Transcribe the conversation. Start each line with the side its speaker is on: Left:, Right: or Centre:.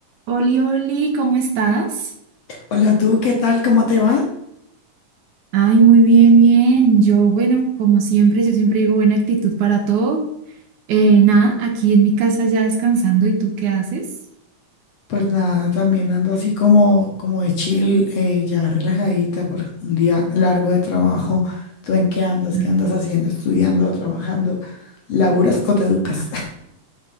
Right: Oli, Oli, ¿cómo estás?
Left: Hola, tú, ¿qué tal? ¿Cómo te va?
Right: Ay, muy bien, bien. Yo, bueno, como siempre, yo siempre digo buena actitud para todo. Eh, nada, aquí en mi casa ya descansando. ¿Y tú qué haces?
Left: Pues nada, también ando así como, como de chill, eh, ya relajadita por un día largo de trabajo. ¿Tú en qué andas?
Right: <laughs>
Left: ¿Qué andas haciendo? ¿Estudiando, trabajando? ¿Laburas o te educas?